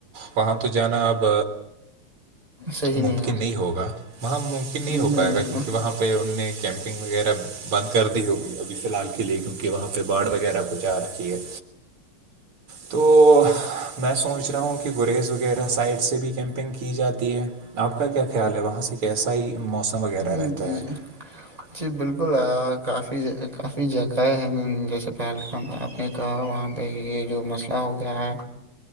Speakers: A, on the right; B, on the right.
A: وہاں تو جانا اب
B: صحیح
A: ممکن
B: ہے
A: نہیں ہوگا وہاں ممکن نہیں
B: جی
A: ہو پائے گا
B: بالکل
A: کیونکہ وہاں پہ ان نے کیمپنگ وغیرہ بند کر دی ہوگی ابھی فی الحال کے لیے کیونکہ وہاں پہ باڑھ وغیرہ کو جا رکھی ہے تو میں سوچ رہا ہوں کہ گریز وغیرہ سائڈ سے بھی کیم کیمپنگ کی جاتی ہے آپ کا کیا خیال ہے وہاں سے کیسا ہی موسم وغیرہ
B: جی
A: رہتا ہے <inaudible>
B: جی بالکل کافی کافی جگہیں ہیں جیسے پہلگام ہے آپ نے کہا وہاں پہ یہ جو مسئلہ ہو گیا ہے